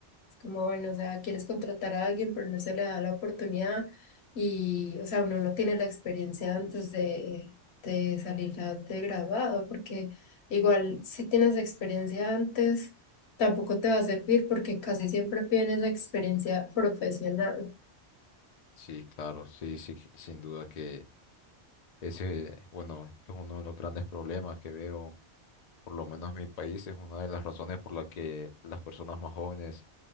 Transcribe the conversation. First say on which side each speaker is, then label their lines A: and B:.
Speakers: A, on the left; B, on the left.
A: Es como, bueno, o sea, quieres contratar a alguien, pero no se le da la oportunidad y, o sea, uno no tiene la experiencia antes de, de salir a- de graduado, porque igual si tienes experiencia antes, tampoco te va a servir porque casi siempre tienes experiencia profesional.
B: Sí, claro, sí, sí, sin duda que Ese, bueno, es uno de los grandes problemas que veo, por lo menos en mi país, es una de las razones por la que las personas más jóvenes